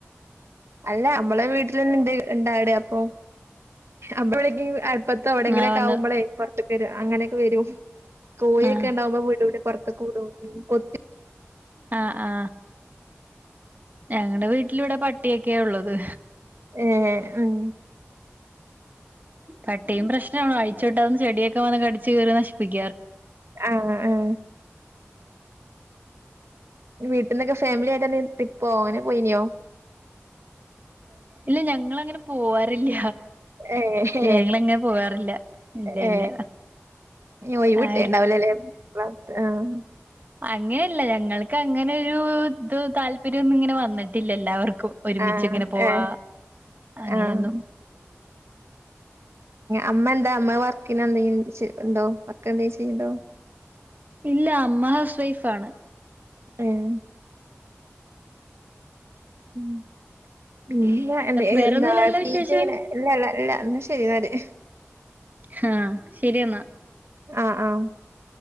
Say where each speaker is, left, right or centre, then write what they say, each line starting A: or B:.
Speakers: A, on the right; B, on the right.
A: അല്ല നമ്മളെ വിട്ടില് തെന്നണ്ട് ഉണ്ടാട് അപ്പോ അപ്പ വിളി ഇപ്പറത്തോ അവിടെയെങ്കിലും
B: ആ വന്ന്
A: ആകുമ്പളേ പുറത്തേക്ക് വരും. അങ്ങനെക്കെവരും. കോഴിയൊക്കെ
B: ആഹ്
A: ഉണ്ടാവുമ്പ വീട് വിട്ട് പുറത്തേക്ക വിടുവോ? കൊത്തി
B: ആ ആ ഞങ്ങടെ വീ ട്ടിലിവിടെ പട്ടിയൊക്കെയാ ഉള്ളത്.
A: ആ ഉം.
B: പട്ടിയും പ്രശ്- അഴിച്ച് വിട്ടാ ചെടിയൊക്കെ വന്ന് കടിച്ച് കീറി നശിപ്പിക്കും.
A: ആ ആ. വീട്ടിലെക്കെ ഫാമിലിയായിട്ട് തന്നെ പോയനേ പോയിനിയോ?
B: ഇല്ലില്ല നിങ്ങനെപോ പോവാറില്ല.
A: ഏ ഹേ
B: ഇല്ല ഞങ്ങളങ്ങനെ പോവാറില്ല ഇല്ല
A: ഏ
B: ഇല്ല
A: ഒഴിവ്
B: ആ
A: കിട്ടിട്ടുണ്ടാവില്ലല്ലേ- <unintelligible>
B: അങ്ങനെല്ല ഞങ്ങൾക്കങ്ങനെ ഒരു തു താല്പര്യം ഒന്നിങ്ങനെ വന്നി ട്ടില്ല എല്ലാവർക്കും ഒന്നിച്ചിങ്ങനെ
A: ആഹ്
B: പോവാം.
A: ഏഹ്
B: അങ്ങനെയൊന്നും
A: ആഹ് അമ്മ എന്താ അമ്മ വർക്ക് നെന്തേലും ചെയ്യു ഉണ്ടോ വർക്ക് എന്തേലും ചെയ്യുണ്ടോ?
B: ഇല്ല അമ്മ ഹൗസ് വൈഫ് ആണ്.
A: ഉം. ഉം പിന്നെ
B: വേറൊന്നുമില്ലല്ലോ
A: എന്താ പി
B: വിശേഷം
A: ജി ഇങ്ങനെ <unintelligible> ഇല്ല. എന്ന ശരി <unintelligible>
B: ഹാ ശരിയെന്നാ
A: ആ ആ